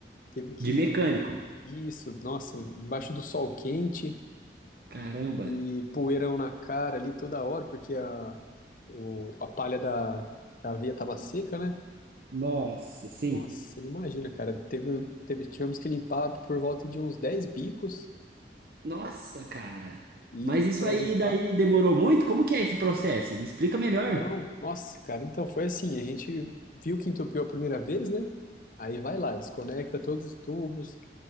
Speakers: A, on the left (about 50°); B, on the right (about 55°).
A: teve que
B: de mecânico.
A: isso, nossa, embaixo do sol quente.
B: Caramba,
A: e poeirão na cara ali toda hora, porque a, o, a palha da, da aveia tava seca, né?
B: nossa, sim.
A: Nossa, você não imagina, cara. Teve, teve, tivemos que limpar por volta de uns 10 bicos
B: Nossa, cara.
A: e
B: Mas isso
A: para
B: aí
A: limpar.
B: daí demorou muito? Como que é esse processo? Me explica melhor.
A: Então, nossa, cara, então foi assim, a gente viu que entupiu a primeira vez, né? Aí vai lá, desconecta todos os tubos,